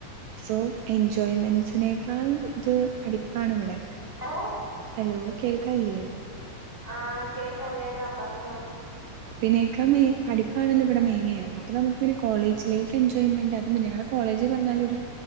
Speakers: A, on the right (about 75°); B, in the centre.
A: സോ എൻജോയ്മെൻറ്സിനേക്കാൾ.. <unintelligible> പഠിപ്പാണ് ഇവടെ....
B: ഓ
A: ഹലോ കേൾക്കാല്ല്യേ..
B: ആഹ് കേക്കാം കേക്കാം പറഞ്ഞോ......
A: പിന്നെയൊക്കെ മെയിൻ പഠിപ്പാണല്ലോ ഇവിടെ മെയിന്. അപ്പൊ നമുക്ക് കോളേജ് ലൈഫ് എൻജോയ്മെന്റ് അതൊന്നുല്ല്യ കാരണം കോളേ കോളേജ് പറഞ്ഞാല് ഒര്